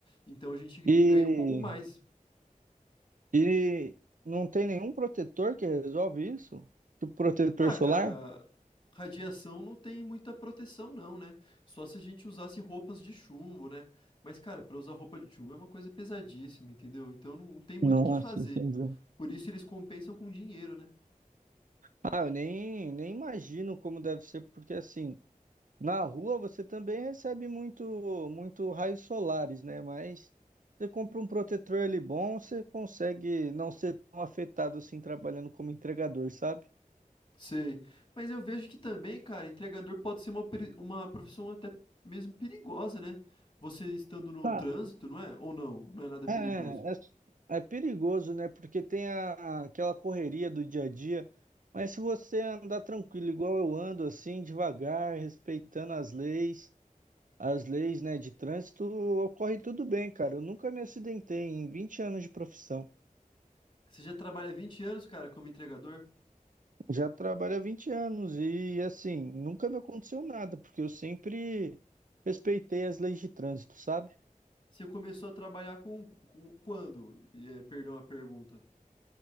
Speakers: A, on the left (about 35°); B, on the right (about 65°).
A: Então a gente
B: e,
A: ganha um pouco mais.
B: e não tem nenhum protetor que resolve isso? Tipo protetor
A: Ah,
B: solar?
A: cara, radiação não tem muita proteção, não, né? Só se a gente usasse roupas de chumbo, né? Mas, cara, para usar roupa de chumbo é uma coisa pesadíssima, entendeu? Então não tem muito
B: Nossa,
A: o que fazer.
B: entendi.
A: Por isso eles compensam com dinheiro, né?
B: Ah, eu nem, nem imagino como deve ser, porque assim, Na rua você também recebe muito, muito raios solares, né? Mas você compra um protetor ali bom, você consegue não ser tão afetado assim trabalhando como entregador, sabe?
A: Sei. Mas eu vejo que também, cara, entregador pode ser uma, peri- uma profissão até mesmo perigosa, né? Você estando no
B: Tá.
A: trânsito, não é? Ou não, não é nada
B: É,
A: perigoso.
B: é, é perigoso, né? Porque tem a, aquela correria do dia a dia. Mas se você andar tranquilo, igual eu ando, assim, devagar, respeitando as leis, as leis, né, de trânsito, ocorre tudo bem, cara. Eu nunca me acidentei em 20 anos de profissão.
A: Você já trabalha 20 anos, cara, como entregador?
B: Já trabalho há 20 anos e, assim, nunca me aconteceu nada, porque eu sempre respeitei as leis de trânsito, sabe?
A: Você começou a trabalhar com, com- quando? E, É, perdão a pergunta.